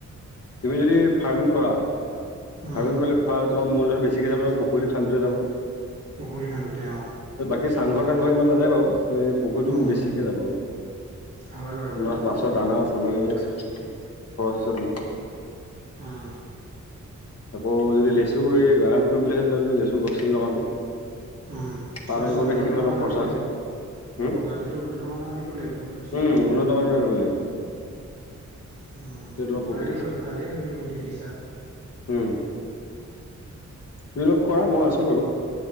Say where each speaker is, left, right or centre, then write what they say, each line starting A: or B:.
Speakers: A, on the left; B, on the right.
A: তুমি যদি ফাৰ্মিং কৰা
B: উম
A: ফাৰ্মিং কৰিলে খোৱা তোমাৰ মূলধন বেছিকে যাব, পুখুৰীটো খান্দোতে যাব।
B: পুখুৰী খান্দোতে অ'।
A: এই চাংঘৰ তাংঘৰ ইমান নাযায় বাৰু পুখুৰীটো
B: উম
A: বেছিকে যাব আৰু
B: হয় বাৰু
A: তোমাৰ
B: কথাটো
A: মাছৰ দানা চানা এইবিলাক <unintelligible> খৰচ আছে তোমাৰ।
B: হুম।
A: আকৌ যদি লেচু এই বাগান কৰিম বুলি ভাবিছিলোঁ, লেচু গছখিনি লগাওঁতে।
B: উম,
A: পালন
B: খালি চব
A: কৰোতে
B: উন্নত
A: সেইখিনি
B: মানৰ
A: অলপ
B: আনিব
A: খৰচা
B: লাগিব।
A: আছে উম,
B: প্ৰজাতিটো উন্নত মানৰ আনিব লাগিব লেচু
A: উম,
B: লগালে।
A: উন্নত মানৰ
B: উম,
A: আনিব লাগিব তেতিয়া তোমাৰ
B: পাৰি
A: প্ৰফিট আছে।
B: বাৰু ভালেই তুমি বুদ্ধি দিছাঁ।
A: উম, তুমি অলপ কৰা মই আছো বাৰু